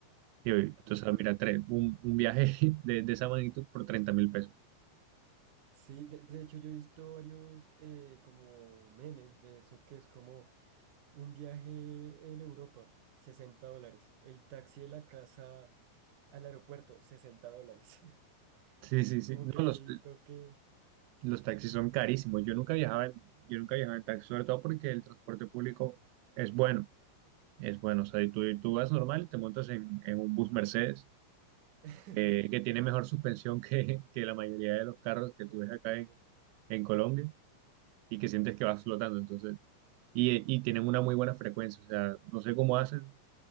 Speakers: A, on the right; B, on the right.
A: Y yo, entonces,
B: qué locura.
A: mira, tres, un, un viaje <laughs> de, de esa magnitud por treinta mil pesos.
B: Sí, de, de hecho yo he visto varios eh, como memes de eso, que es como... Un viaje en Europa, 60 dólares. El taxi de la casa al aeropuerto, 60 dólares. <laughs>
A: Sí, sí, sí.
B: Como
A: No,
B: que sí
A: los,
B: he visto que
A: los taxis son carísimos. Yo nunca viajaba en, yo nunca viajaba en taxi, sobre todo porque el transporte público es bueno. Es bueno. O sea, y tú, tú vas normal y te montas en, en un bus Mercedes
B: <laughs>
A: que, que tiene mejor suspensión que, que la mayoría de los carros que tú
B: de los
A: ves acá
B: carros.
A: en, en Colombia y que sientes que vas flotando. Entonces, y, y tienen una muy buena frecuencia. O sea, no sé cómo hacen.